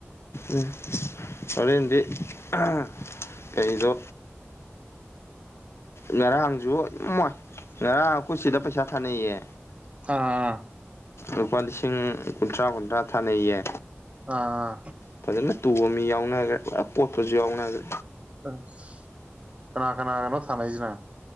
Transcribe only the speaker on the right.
ꯊꯥ
ꯑꯥ
ꯑꯁ ꯀꯅꯥ ꯀꯅꯥꯒꯅꯣ ꯊꯥꯅꯩꯁꯤꯅ